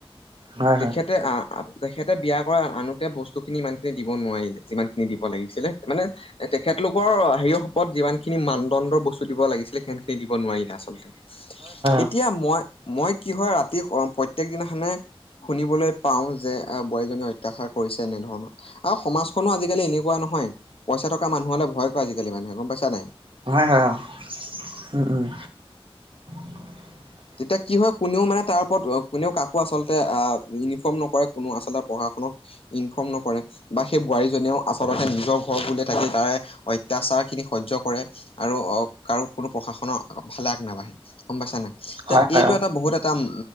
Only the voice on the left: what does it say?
তেখেতে
আহ আ তেখেতে বিয়া কৰায় আনোতে বস্তুখিনি ইমানখিনি দিব নোৱাৰিলে। যিমানখিনি দিব লাগিছিলে মানে এ তেখেতলোকৰ হেৰী সপত যিমান খিনি মানদণ্ডৰ বস্তু দিব লাগিছিলে সিমান খিনি দিব নোৱাৰিলে আচলতে এতিয়া
মই মই কি হয় ৰাতি অ প্ৰত্যেক দিনাখনে শুনিবলৈ পাওঁ যে আ বোৱাৰীজনীক অত্যাচাৰ কৰিছে এনেধৰণৰ আৰু সমাজখনো আজিকালি এনেকুৱা নহয় পইছা থকা মানুহলে ভয় কৰে আজিকালি মানুহে গম পাইছা নাই?
তেতিয়া কি হয় কোনেও মানে তাৰ ওপৰত অ কোনেও কাকো আচলতে আ ইউনিফৰ্ম নকৰে কোনে আচলতে পঢ়া শুনক ইনফৰ্ম নকৰে। বা সেই বোৱাৰীজনিয়েও আচলতে নিজৰ ঘৰ বুলি থাকি তাৰে অত্যাচাৰ খিনি সহ্য কৰে। আৰু অহ কাৰো কোনো প্ৰশাসনৰ ফালে আগ নাবাঢ়ে। গম পাইছা নাই? তে
এইটো
এটা বহুত এ এটা উম